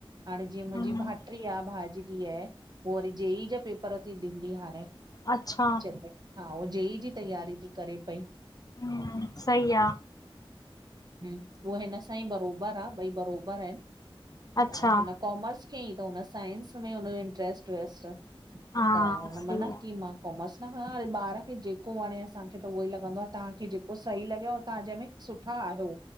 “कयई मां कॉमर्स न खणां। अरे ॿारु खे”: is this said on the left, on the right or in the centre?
Right